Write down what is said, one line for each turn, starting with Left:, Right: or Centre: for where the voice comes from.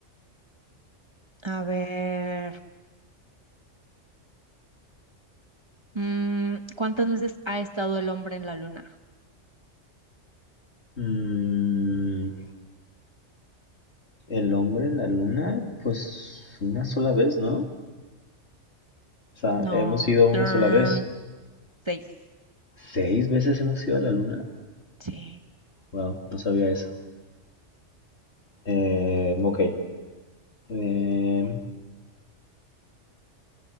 Right: A ver. mm, ¿cuántas veces ha estado el hombre en la luna?
Left: Mm, el hombre en la luna, pues una sola vez, ¿no? O sea,
Right: No.
Left: hemos ido una
Right: Turn.
Left: sola vez.
Right: Seis.
Left: ¿Seis veces hemos ido a la luna?
Right: Sí.
Left: Wow, no sabía eso. Eh, ok. Eh,